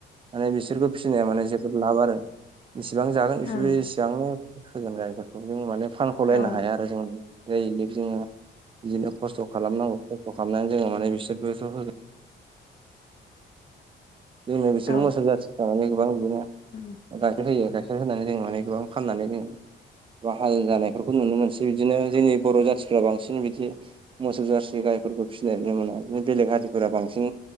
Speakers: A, on the right (about 25°); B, on the left (about 35°).
A: माने बिसोरखौ फिसिनाया माने जोबोद लाब आरो बिसिबां जागोन बिसोरो
B: ओं
A: जांनो होगोन गायफोरखौ जों माने फानखलायनो
B: औ
A: हाया आरो जों जोङो बिदिनो खस्थ' खालामनांगौ खस्थ' खालामनानै जोङो माने बिसोरबोथ' होगोन जोंना बिसोर
B: औ
A: मोसौ जाथि थाराने गोबां गोना
B: उम
A: गाइखेर होयो गाइखेर फानै जों माने गोबां फाननानै जों <unintelligible> हाल जानायफोरखौ नुनो मोनसै बिदिनो जोंनि बर' जाथिफ्रा बांसिन बिदि मोसौ जारसि गायफोरखौ फिसिनाय नुनो मोना बिदिनो बेलेग हारिफोरा बांसिन